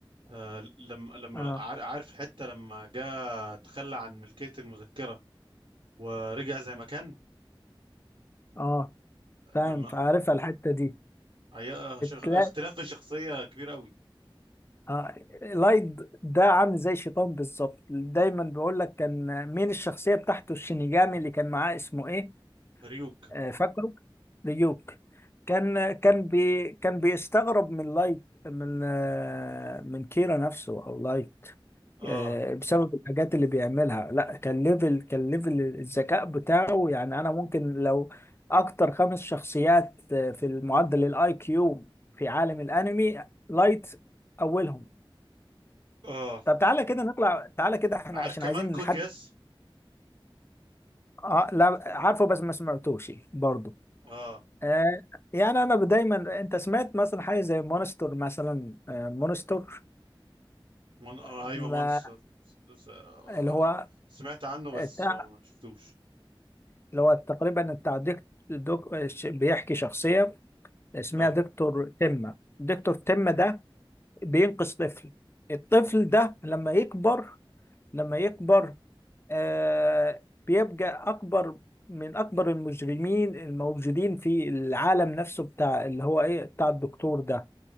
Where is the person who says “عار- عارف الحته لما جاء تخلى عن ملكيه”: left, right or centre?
Right